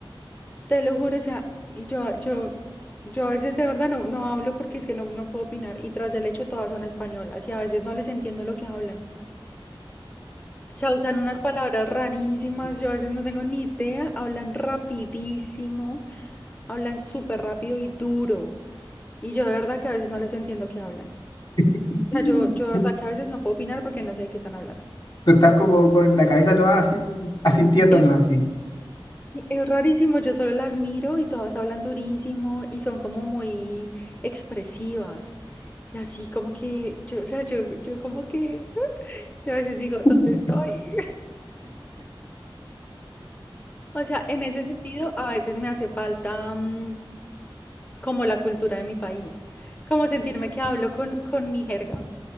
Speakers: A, on the left (about 15°); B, on the left (about 50°).
A: Te lo juro, o sea, y yo, yo, yo a veces de verdad no, no hablo porque es que no, no puedo opinar. Y tras del hecho todas son españolas y a veces no les entiendo lo que hablan. O sea, usan unas palabras rarísimas, yo a veces no tengo ni idea, hablan rapidísimo, hablan súper rápido y duro, y yo de verdad que a veces no les entiendo qué hablan.
B: <laughs>
A: O sea, yo, yo de verdad que a veces no puedo opinar porque no sé de qué están hablando.
B: Tú estás como con la cabeza no así, asintiéndonos
A: Es,
B: así.
A: sí, es rarísimo, yo solo las miro y todas hablan durísimo y son como muy expresivas. Y así como que, yo, o sea, yo, yo como que, <laughs> yo a veces digo,
B: <laughs>
A: ¿dónde estoy? O sea, en ese sentido, a veces me hace falta mm, como la cultura de mi país, como sentirme que hablo con, con mi jerga.